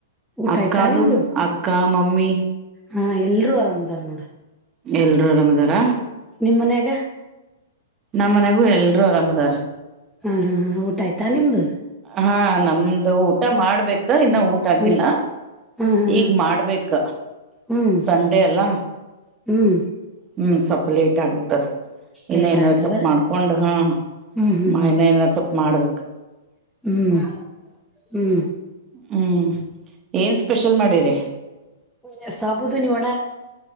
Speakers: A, in the centre; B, on the right.
A: ಊಟ
B: ಅಕ್ಕ
A: ಆಯ್ತಾ
B: ಅದು
A: ನಿಮ್ದು
B: ಅಕ್ಕ ಮಮ್ಮಿ
A: ಹಾ ಎಲ್ರುೂ ಆರಾಮ್ ಅದಾರ ನೋಡ
B: ಎಲ್ರು ಆರಾಮದಾರಾ
A: ನಿಮ್ಮ್ ಮನ್ಯಾಗ
B: ನಮ್ಮ್ ಮನೆಗೂ ಎಲ್ರೂ ಆರಾಮದಾರ
A: ಹಾ ಹ ಊಟ ಆಯ್ತಾ ನಿಮ್ದು
B: ಹಾ ನಮ್ದು ಊಟ ಮಾಡ್ಬೇಕು ಇನ್ನು ಊಟ ಆಗಿಲ್ಲ
A: ಹ್ಮ್ ಹಾ ಹಾ
B: ಈಗ್ ಮಾಡ್ಬೇಕ
A: ಹ್ಮ್
B: ಸಂಡೆ ಅಲ್ಲ
A: ಹ್ಮ್
B: ಹ್ಮ್ ಸ್ವಲ್ಪ ಲೇಟ್ ಅಗ್ಬಿಟ್ಟದ ಇನ್ನ
A: ಲೇಟ್
B: ಏನಾದರ
A: ಆಗ್ತದ
B: ಸೊಪ್ಪ ಮಾಡ್ಕೊಂಡ್ ಹಾ
A: ಹ್ಮ್ ಹ್ಮ್
B: ಮಾ ಇನ್ನ ಏನರ ಸೊಪ್ಪ ಮಾಡ್ಬೇಕ
A: ಹ್ಮ್ ಹ್ಮ್-
B: ಹ್ಮ್ ಏನ್ ಸ್ಪೆಷಲ್ ಮಾಡಿರಿ.
A: ಹ ಸಾಬುದು ನೀ ಒಡಾ.